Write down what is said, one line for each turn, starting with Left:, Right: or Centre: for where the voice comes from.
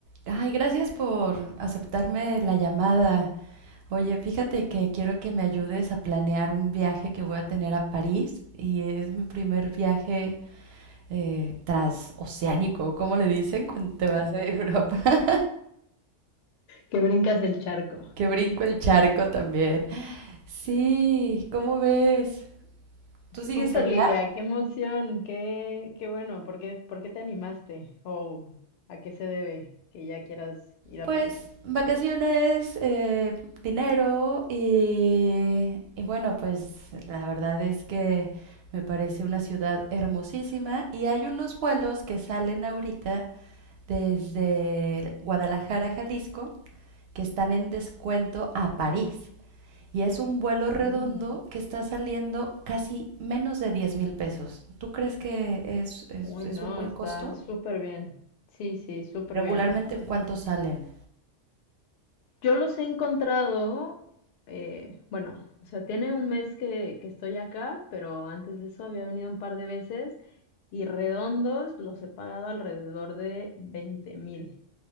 Right: Ay, gracias por aceptarme la llamada. Oye, fíjate que quiero que me ayudes a planear un viaje que voy a tener a París y es mi primer viaje eh, transoceánico, ¿cómo le dicen cuando te vas de Europa? <laughs>
Left: Que brincas el charco.
Right: Que brinco el charco también. Sí, ¿cómo ves? ¿Tú
Left: Súper,
Right: sigues allá?
Left: Lilia, qué emoción, qué, qué bueno. ¿Por qué, por qué te animaste? ¿O a qué se debe que ya quieras ir a
Right: Pues
Left: París?
Right: vacaciones, eh, dinero y, y bueno, pues la verdad es que me parece una ciudad hermosísima y hay unos vuelos que salen ahorita desde Guadalajara, Jalisco, que están en descuento a París. Y es un vuelo redondo
Left: Mm,
Right: que está saliendo casi menos de diez mil pesos. ¿Tú crees que es, es,
Left: Uy,
Right: es
Left: no,
Right: un buen
Left: está
Right: costo?
Left: súper bien. Sí, sí, súper
Right: Regularmente,
Left: bien.
Right: ¿en cuánto salen?
Left: Yo los he encontrado, eh, bueno, o sea, tiene un mes que, que estoy acá, pero antes de eso había venido un par de veces y redondos los he pagado alrededor de veinte mil.